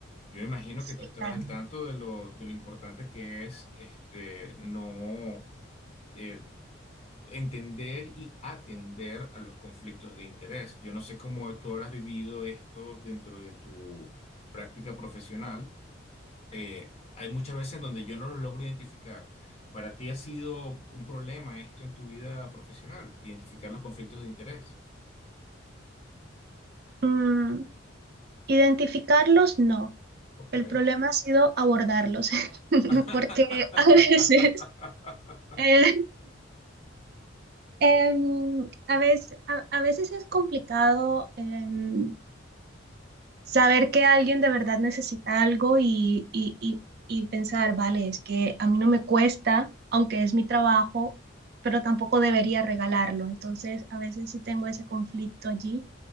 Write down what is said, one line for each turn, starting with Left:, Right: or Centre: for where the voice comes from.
Left: Yo me imagino
Right: Sí,
Left: que tú estarás
Right: claro.
Left: al tanto de lo, de lo importante que es este, no eh, entender y atender a los conflictos de interés. Yo no sé cómo tú habrás vivido esto dentro de tu práctica profesional. Eh, hay muchas veces en donde yo no lo logro identificar. ¿Para ti ha sido un problema esto en tu vida profesional? Identificar los conflictos de interés.
Right: Mm, identificarlos, no.
Left: Ok.
Right: El problema ha sido abordarlos, <laughs>
Left: <laughs>
Right: porque a veces... eh, Em, a veces, a, a veces es complicado em, saber que alguien de verdad necesita algo y, y, y, y pensar, vale, es que a mí no me cuesta, aunque es mi trabajo, pero tampoco debería regalarlo. Entonces, a veces sí tengo ese conflicto allí